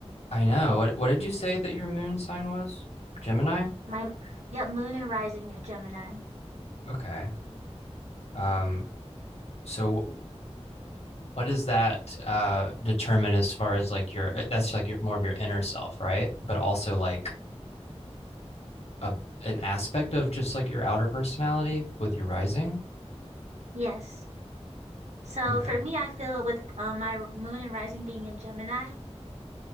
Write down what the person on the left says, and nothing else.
I know. What what did you say that your moon sign was? Gemini?
Okay. Um, so wh- what does that uh determine as far as like your uh, that's like your more of your inner self, right? But also like a an aspect of just like your outer personality with your rising?
Okay.